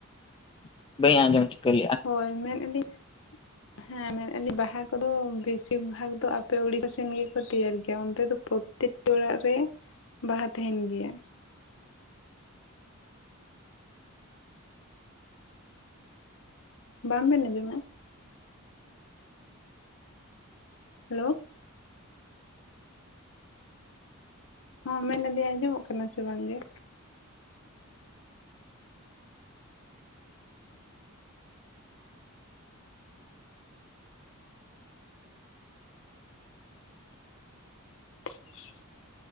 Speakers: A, on the left; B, on the left.
A: ᱵᱟᱹᱧ ᱟᱸᱡᱚᱢ ᱴᱷᱤᱠᱟᱹᱭᱮᱜᱼᱟ
B: ᱦᱳᱭ ᱢᱮᱱᱮᱫᱼᱟᱞᱤᱧ ᱦᱮᱸ ᱢᱮᱱᱮᱫᱼᱟ ᱞᱤᱧ ᱵᱟᱦᱟ ᱠᱚᱫᱚ ᱵᱮᱥᱤᱨ ᱵᱷᱟᱜᱽ ᱫᱚ ᱟᱯᱮ ᱩᱲᱤᱥᱟ ᱥᱮᱱ ᱜᱮᱠᱚ ᱛᱮᱭᱟᱨ ᱜᱮᱭᱟ ᱚᱱᱛᱮ ᱫᱚ ᱯᱨᱚ ᱼᱼᱴᱤ ᱚᱲᱟᱜ ᱨᱮ ᱵᱟᱦᱟ ᱛᱟᱦᱮᱱ ᱜᱮᱭᱟ᱾ ᱵᱟᱝᱵᱮᱱ ᱟᱸᱡᱚᱢᱮᱜ ᱦᱮᱞᱳ ᱦᱚᱸ ᱢᱮᱱᱮᱫᱟᱹᱧ ᱟᱸᱡᱚᱢᱚᱜ ᱠᱟᱱᱟ ᱥᱮ ᱵᱟᱝ ᱜᱮ? <inaudible>